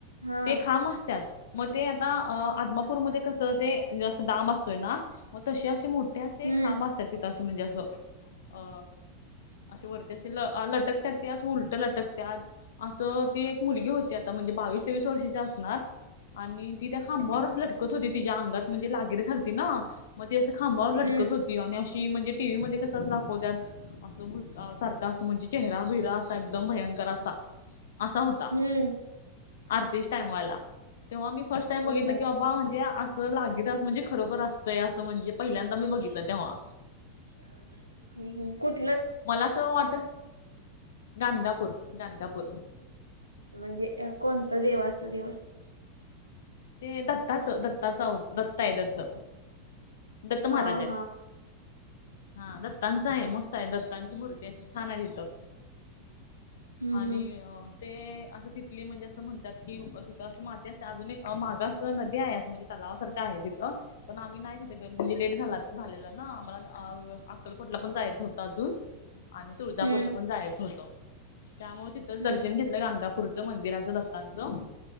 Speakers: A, on the right; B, on the left.
A: हा
B: ते खांम असत्यात. म ते आता अ-आदमापूरमध्ये कसं ते जं डाम असतोय ना म तशी अशी मूर् ते आशे
A: हम्म
B: खांब असतात तिथंं म्हणजे आसं अ असे वरती असे लटकत्यात ते असं उलटं लटकतात. असं ते एक मुलगी होत्यात म्हणजे बावीस वीस वर्षांची असणार. आणि ती त्या खांबावरच लटकत होती. तिच्या अंगात म्हणजे लागेरी झालती ना. म ती असं खांबावर लटकत
A: हम्म
B: होती आणि अशी म्हणजे टीव्ही मध्ये कसं दाखवत्यात असं सारखा असं म्हणजे चेहरा बिहरा असा एकदम भयंकर असा असा होता.
A: हम्म.
B: आरतीस टाइमवाला, तेव्हा मी फस्ट टाइम बघितलं
A: होय काय
B: की बाबा म्हणजे लागीर अस म्हणजे खरोखर असतंय असं म्हणजे पहिल्यांदा मी बघितलं तेव्हा
A: ह् ह.. कुठ
B: मला असं वाट गानगापूर गानगापूर
A: म्हणजे कोणता देवाचा दिवस?
B: ते दत्ताचं दत्ताचं अव दत्त आए दत्त दत्त महाराज
A: हा
B: आएत.
A: हा
B: हा दत्तांच आए मस्त आए दत्तांची मूर्ती अशी छान आयः तिथं.
A: हम्म
B: आणि
A: हम्म
B: अ ते असं तिथली म्हणजे असं म्हणतात कि तिथं असं माती सते आजूनही मांग असं नदी आए असं म्हणजे तलावासारखं आहे तिथं पण आम्ही नाही गेलो म्हणजे लेट झाला झालेला ना आम्हाला अक्कलकोटला पण जायचं होतं अजून आणि तुळजापूरला
A: हम्म
B: पण जायच होतं. त्यामुळ तिथंच दर्शन
A: हम्म हम्म
B: घेत गाणगापूरचं मंदिराचं दत्तांचं